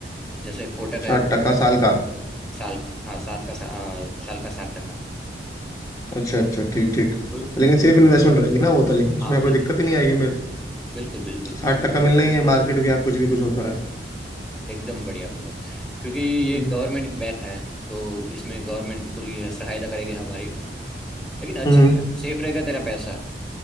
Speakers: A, in the centre; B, on the left (about 20°).
A: जैसे कोटक है
B: साठ टका साल का
A: साल का हाँ सात का सा, आ, साल का सात टका
B: अच्छा अच्छा ठीक ठीक
A: तो
B: लेकिन सेफ इन्वेस्टमेंट रहेगी ना वो तो लेकिन उसमें
A: हाँ बिल्कुल
B: कोई दिक्कत ही नहीं आएगी
A: बिल्कुल बिल्कुल
B: साठ
A: क्योंकि
B: टक्का मिलना ही है मार्केट के यहाँ कुछ भी कुछ होता रहा है
A: एकदम बढ़िया बोला क्योंकि ये
B: हम्म
A: गवर्नमेंट बैच है तो इसमें गवर्नमेंट पूरी सहायता करेगी हमारी लेकिन अच्छा
B: हम्म,
A: सेफ रहेगा तेरा पैसा